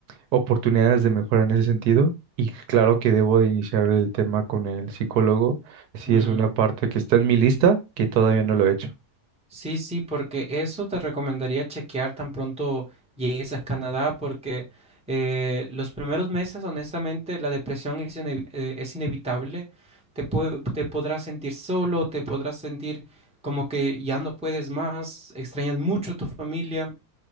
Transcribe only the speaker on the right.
oportunidades de mejora en ese sentido. Y claro que debo de iniciar el tema con el psicólogo, si
es una parte que está en mi lista, que todavía no lo he hecho.